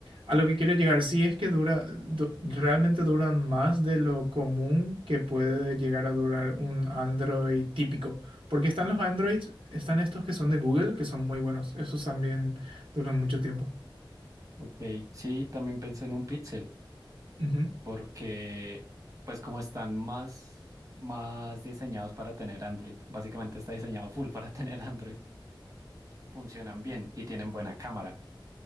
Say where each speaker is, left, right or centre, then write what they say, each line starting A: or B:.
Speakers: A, on the right; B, on the right.
A: a lo que quiero llegar, sí es que dura, du- realmente duran más de lo común que puede llegar a durar un Android típico. Porque están los Androids, están estos que son de Google, que son muy buenos. Esos también duran mucho tiempo.
B: Ok, sí, también pensé en un Pixel,
A: Ujú,
B: porque pues como están más, más diseñados para tener Android, básicamente está diseñado full para <laughs> tener Android, funcionan bien y tienen buena cámara.